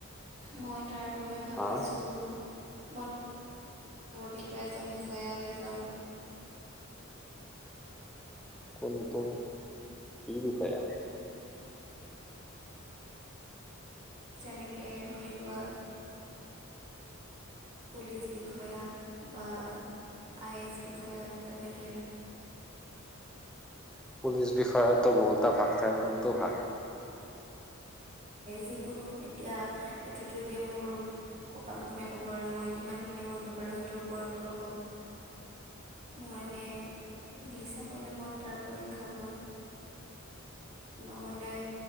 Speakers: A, on the right (about 30°); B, in the centre.
A: মই তাৰ বাবে ভাবিছো,
B: হা
A: মই কিবা এজন বিষয়া হৈ যাম।
B: কোনটো কি বিষয়?
A: যেনেকে ধৰি লোৱা পুলিচ বিষয়া বা আই এছ বিষয়া তেনেকৈ
B: পুলিচ বিষয়াতো বহুতা ভাগ থাক, কোনটো ভাগ?
A: যিকোনো এতিয়া এইটোতো এতিয়া মোৰ কপালখনে কব আৰু মই কিমানখিনি কৰিব পাৰো সেইটোৰ ওপৰত কব, মোৰ এনে দি চাবলে মন তাৰ পৰীক্ষাবোৰ, নহলে